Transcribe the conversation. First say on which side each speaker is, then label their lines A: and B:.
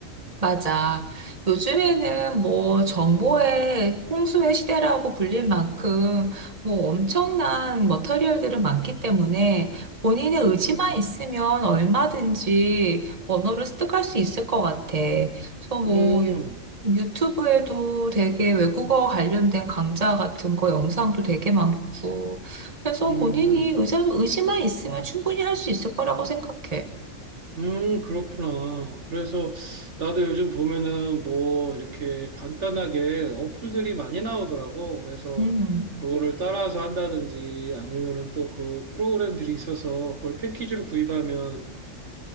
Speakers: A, on the right; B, on the right.
A: 맞아. 요즘에는 뭐 정보의 홍수의 시대라고 불릴 만큼 뭐 엄청난 머터리얼들은 많기 때문에 본인의 의지만
B: 음,
A: 있으면 얼마든지 언어를 습득할 수 있을 것 같아. 그래서 뭐
B: 음,
A: 유- 유튜브에도 되게 외국어 관련된 강좌 같은 거 영상도 되게 많고. 그래서
B: 음.
A: 본인이 의자- 의지만 있으면 충분히 할 수 있을 거라고 생각해.
B: 음, 그렇구나. 그래서 나도 요즘 보면은 뭐 이렇게 간단하게 어플들이 많이 나오더라고. 그래서
A: 음,
B: 그거를 따라서 한다든지 아니면은 또 그 프로그램들이 있어서 그걸 패키지로 구입하면